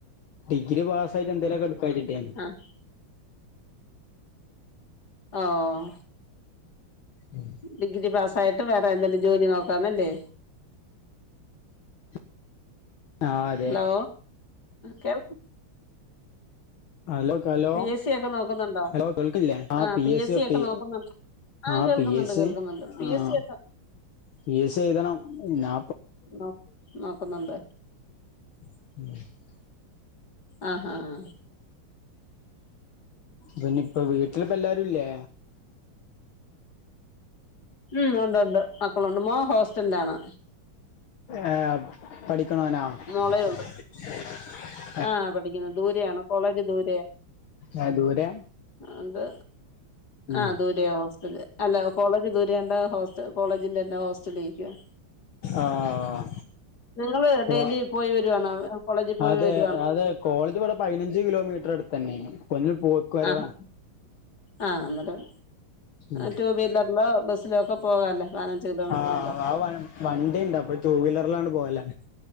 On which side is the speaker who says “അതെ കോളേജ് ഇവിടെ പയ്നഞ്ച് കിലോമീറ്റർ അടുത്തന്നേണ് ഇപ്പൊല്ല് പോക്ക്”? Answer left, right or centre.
Left